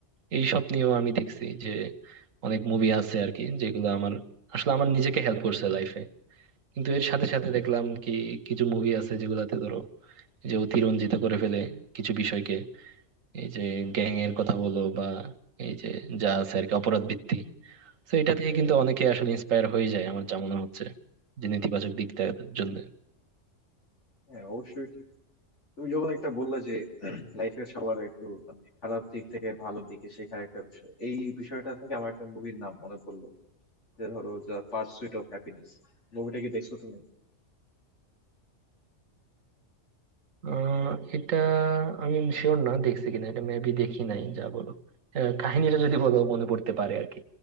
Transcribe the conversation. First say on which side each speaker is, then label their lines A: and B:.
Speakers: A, on the right; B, on the left.
A: এইসব নিয়েও আমি দেখছি যে অনেক মুভি আছে আর কি যেগুলো আমার আসলে আমার নিজেকে হেল্প করছে লাইফে কিন্তু এর সাথে সাথে দেখলাম কি কিছু মুভি আছে যেগুলাতে ধরো এই যে অতিরঞ্জিত করে ফেলে কিছু বিষয়কে এই যে গ্যাং এর কথা বলো বা এই যে যা আছে আর কি অপরাধ ভিত্তি তো এটা থেকে কিন্তু অনেকে আসলে ইন্সপায়ার হয়ে যায় আমার যা মনে হচ্ছে যে নেতিবাচক দিকটার জন্য
B: হ্যাঁ অবশ্যই ঠিক তুমি যখন একটা বললা যে <clears throat> লাইফের সবার একটু মানে খারাপ দিক থেকে ভালো দিকে শেখার একটা বিষয় এই বিষয়টা থেকে আমার একটা মুভির নাম মনে পড়লো যে ধরো দ্য পার্সুইট অফ হ্যাপিনেস মুভিটা কি দেখছো তুমি
A: আহ এটা আমি শিওর না দেখছি কিনা এটা মেবি দেখি নাই যা বলো আহ, কাহিনীটা যদি বলো মনে পড়তে পারে আর কি